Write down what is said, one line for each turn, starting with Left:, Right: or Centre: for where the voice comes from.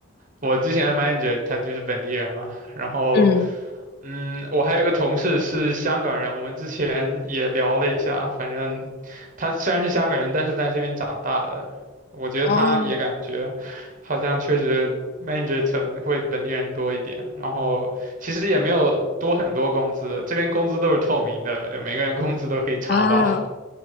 Right: 我之前的 manager 他就是本地人嘛，然后，
Left: 嗯，
Right: 嗯，我还有个同事是香港人，我们之前也聊了一下，反正他虽然是香港人，但是在这边长大的，我觉得他也感觉好像确实
Left: 哦
Right: manager 层会本地人多一点，然后其实也没有多很多工资，这边工资都是透明的，每个人工资都可以查到。
Left: 啊，